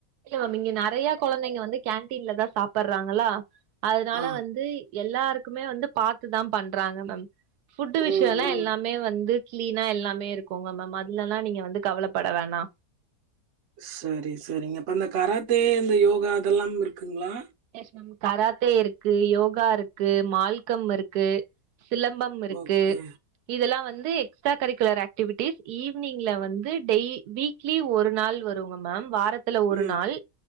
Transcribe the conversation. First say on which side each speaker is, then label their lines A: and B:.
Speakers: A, on the right; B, on the right.
A: இல்ல மேம் இங்க நெறையா கெழந்தைங்க வந்து கேன்டீன்லதா சாப்பட்றாங்களா அதுனால
B: ஆ
A: வந்து எல்லாருக்குமே வந்து பாத்துதா பண்றாங்க மேம் ஃபுட்டு் விஷயல்லா
B: ம்
A: எல்லாமே
B: ம்.
A: வந்து க்ளீனா எல்லாமே இருக்குங்க மேம் அதுலல்லா நீங்க வந்து கவலைப்பட வேணா
B: சரி சரிங்கப் பா இந்த கராத்தே இந்த யோகா அதெல்லாம் இருக்குங்ளா
A: எஸ் மேம் கராத்தே இருக்கு யோகா இருக்கு மால்கம் இருக்கு சிலம்பம் ம் இருக்கு
B: ஓகே.
A: இதெலா வந்து எக்ஸ்ட்ரா கரிக்குலர் ஆக்டிவிட்டிஸ் ஈவ்னிங்ல வந்து டெய் வீக் லி ஒரு நாள் வருங்க மேம் வாரத்துல ஒரு
B: ம்,
A: நாள்